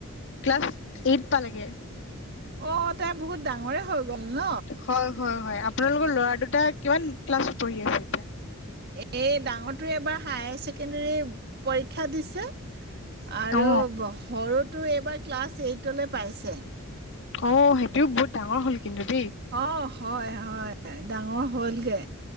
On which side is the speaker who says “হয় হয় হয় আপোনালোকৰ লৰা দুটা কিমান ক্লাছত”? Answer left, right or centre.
Left